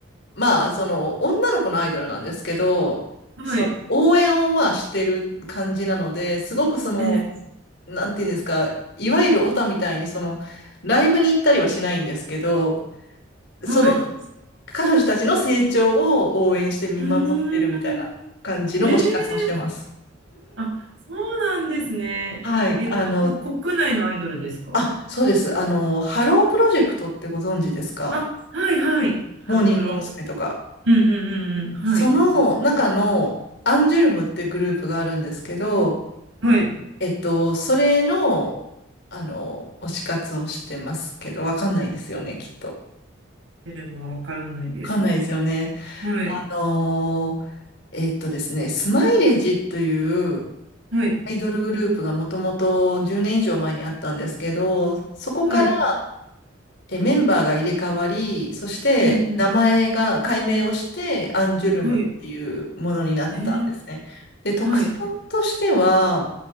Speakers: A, on the left; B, on the right.
A: まあ、その、女の子のアイドルなんですけど、
B: はい。
A: その、応援をまあしてる感じなので、すごくその、
B: ええ。
A: なんていうんですか、いわゆるオタみたいに、その、ライブに行ったりはしないんですけど、
B: はい。
A: その、彼女たちの成長を応援して見守ってるみたいな感じの推し活をしてます。
B: うーん。ええ。あ、そうなんですね。
A: はい。
B: えっと、
A: あの、
B: こ国内のアイドルですか
A: あ、そうです。あの、ハロープロジェクトってご存知ですか
B: あ、はいはい。ハロプロ。
A: モーニング娘。とか。
B: うんうんうんうん。はい。
A: その中のアンジュルムってグループがあるんですけど、
B: 存じ上げはい。
A: えっと、それの、あの、推し活をしてますけど、わかんないですよね、きっと。
B: 出るもわからないです。
A: わかんないですよね。
B: はい。
A: あのーえっとですね、スマイレージという
B: はい。
A: アイドルグループがもともと10年以上前にあったんですけど、そこから
B: はい。
A: え、メンバーが入れ替わり、そして名前が改名をして、
B: うんうん。
A: アンジュルムっていうものになったんですね。
B: はい。ええ。
A: で、特徴としては、
B: はい。